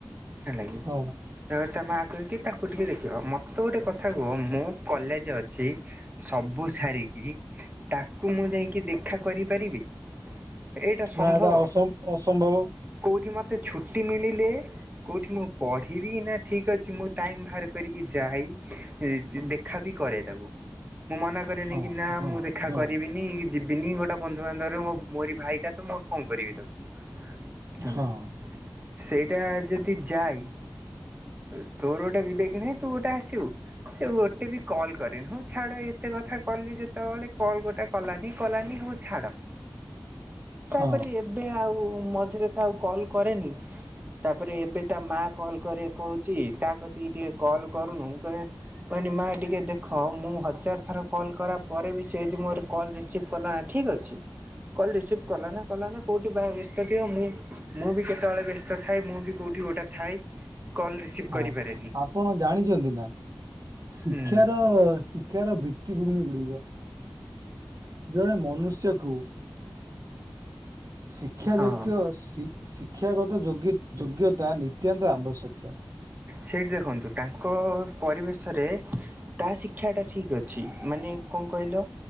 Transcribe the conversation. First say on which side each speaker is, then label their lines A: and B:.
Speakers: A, on the right; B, on the right.
A: ହେଲାଗି
B: ହଁ
A: ତାପରେ ତା ମା କହେ କି ତାକୁ ଟିକେ ଦେଖିବ ମ ତେ ଗୋଟେ କଥା କୁହ ମୋ କଲେଜ ଅଛି ସବୁ ସାରିକି ତାକୁ ମୁଁ ଯାଇକି ଦେଖା କରିପାରିବି। ଏଇଟା ସମ୍ଭବ
B: ନା ଏଟା ଅସମ୍ ଅସମ୍ଭବ।
A: କୋଉଠି ମତେ ଛୁଟି ମିଳିଲେ କୋଉଠି ମୁଁ ପଢ଼ିବି ନା ଠିକ୍ ଅଛି ମୁଁ ଟାଇମ ବାହାର କରିକି ଯାହାଇ ଦେଖା ବି କରେ ତାକୁ। ମୁଁ ମନା କରେନି
B: ହଁ
A: କି ନା
B: ହଁ
A: ମୁଁ ଦେଖା
B: ହଁ
A: କରିବିନି। ଯିବିନି ଗୋଟେ ବନ୍ଧୁବାନ୍ଧବରେ ମୋରି ଭାଇଟା ତ ମୁଁ କଣ କରିବି ତାକୁ? <inaudible>
B: ହଁ
A: ସେଇଟା ଯଦି ଯାଏ ତୋରଟା ବିିବେକ ନାଇଁ ତୁ ଗୋଟେ ଆସିବୁ ସେ ଗୋଟେ ବି କଲ୍ କରେନି ହଁ ଛାଡ ଏତେ କଥା କଲି ଯେ ସେତେବେଳେ କଲ ଗୋଟେ କଲାନି କଲାନି ହଉ ଛାଡ ତାପରେ
B: ହଁ
A: ଏବେ ଆଉ ମଝିରେ ତ ଆଉ କଲ୍ କରେନି। ତାପରେ ଏବେ ତା ମା କଲ କରି କହୁଛି ତା ପ୍ରତିକି ଟିକେ କଲ୍ କରୁନୁ ମୁଁ କହେ କହିଲି ମା ଟିକେ ଦେଖ ମୁଁ ହଜାର ଥର କଲ୍ କରା ପରେ ବି ସେ ଯଦି ମୋର କଲ ରିସିଭ ସିଫନା ଠିକ୍ ଅଛି କଲ୍ ରିସିଭ୍ କଲା ନା କଲା ନା କୋଉଠି ବା ବ୍ୟସ୍ତ ଥିବ ମୁଁ ମୁଁ ବି କେତେବେଳେ ବ୍ୟସ୍ତ ଥାଏ ମୁଁ ବି କୋଉଠି ଗୋଟେ ଥାଏ କଲ ରିସିଭ
B: ହଁ
A: କରିପାରେନି।
B: ଆପଣ ଜାଣିଛନ୍ତି ନା ଶିକ୍ଷାର
A: ହୁଁ
B: ଶିକ୍ଷାର ଭିତ୍ତିଭୂମି ଗୁଡିକ ଜଣେ ମନୁଷ୍ୟକୁ ଶିକ୍ଷା
A: ହଁ
B: ଯୋଗ୍ୟ ସି ଶିକ୍ଷାଗତ ଯୋ ଯୋଗ୍ୟତା ନିତ୍ୟାନ୍ତ ଆବଶ୍ୟକ।
A: ସେଇଠି ଦେଖନ୍ତୁ ତାଙ୍କ ପରିବେଶରେ ତା ଶିକ୍ଷାଟା ଠିକ୍ ଅଛି ମାନେ କଣ କହିଲ?